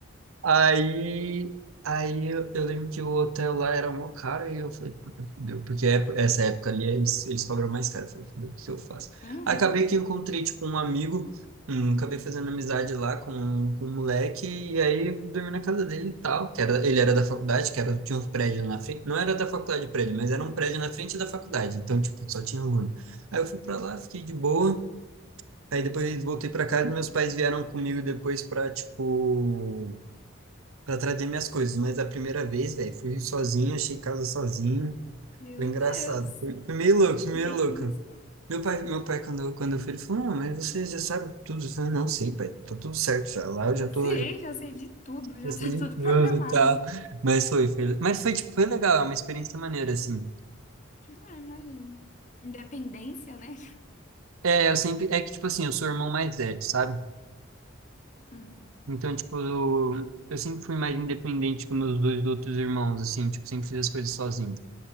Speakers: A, on the right; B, on the left.
A: Aí, aí eu, eu lembro que o hotel lá era mó caro e eu falei, puta, fudeu. Porque é- essa época ali eles, eles cobram mais caro. Eu falei, fudeu, o que eu faço?
B: Uhum.
A: Aí Acabei que encontrei, tipo, um amigo, hum, acabei fazendo amizade lá com, com um moleque e aí dormi na casa dele e tal. Que era, ele era da faculdade, que era, tinha uns prédios na frente. Não era da faculdade prédio, mas era
B: É.
A: um prédio na frente da faculdade. Então, tipo, só tinha aluno. Aí eu fui pra lá, fiquei de boa. Aí depois voltei pra casa e meus pais vieram comigo depois pra, tipo pra trazer minhas coisas. Mas a primeira vez, velho, fui sozinho, achei casa sozinho.
B: Meu
A: Foi engraçado.
B: Deus.
A: Foi, foi meio louco, foi
B: Que
A: meio
B: isso?
A: louco. Meu pai, meu pai quando, eu- quando eu fui, ele falou, não, mas você já sabe tudo. Eu falei, não sei, pai, tá tudo certo já. Lá eu já tô,
B: Sei,
A: já,
B: já sei de tudo, já
A: já sei
B: tá tudo
A: de tudo
B: programado.
A: e tal. Mas foi, foi, mas foi, tipo, foi legal, é uma experiência maneira, assim.
B: Ah, imagino. Independência, né?
A: É, eu sempre, é que, tipo assim, eu sou o irmão mais velho, sabe?
B: Hum.
A: Então, tipo, eu, eu sempre fui mais independente que meus dois outros irmãos, assim, tipo, sempre fiz as coisas sozinho.